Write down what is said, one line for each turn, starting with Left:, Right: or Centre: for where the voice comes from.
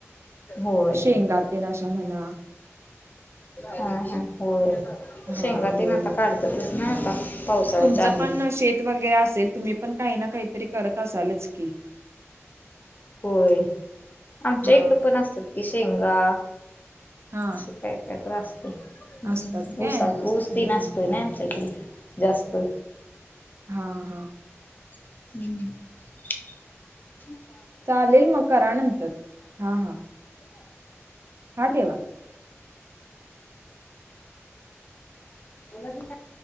Left: होय
Right: शेंगाते नाशा म्हणा
Left: हा हा होय
Right: हा
Left: शेंगात
Right: होय
Left: ना आता काढतात ना आता पावसाळ्याच्या
Right: तुमचं
Left: आधी
Right: पण शेत वगैरे असेल तुम्ही पण काही ना काहीतरी करत असालच की
Left: होय आमच्या
Right: हा
Left: इकड पण असतात कि शेंगा
Right: हा
Left: असं काय काय त्रास ्
Right: असतात काय
Left: ऊस
Right: हम्म
Left: ऊस त नासतोय
Right: हम्म हम्म
Left: ना आमकडे जास्त
Right: ह हां
Left: हम्म
Right: चालेल मकरानंतर हा हा हा ठेवा
Left: तेव